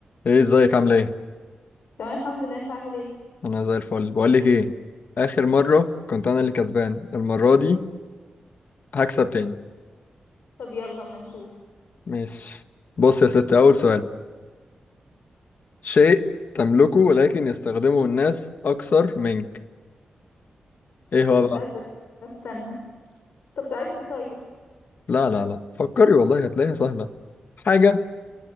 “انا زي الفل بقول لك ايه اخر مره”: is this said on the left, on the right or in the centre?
Left